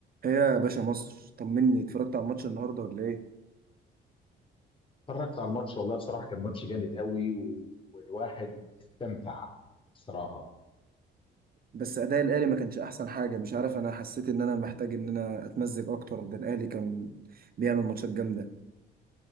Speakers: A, on the right (about 50°); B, on the left (about 25°).
A: ايه يا باشا مصر طمني اتفرجت على الماتش النهارده ولا ايه
B: اتفرجت على الماتش والله بصراحة كان ماتش جامد قوي و... والواحد استمتع بصراحة
A: بس اداء الاهلي ما كانش احسن حاجه مش عارف انا حسيت ان انا محتاج ان انا اتمزج اكتر ده الاهلي كان بيعمل ماتشات جامده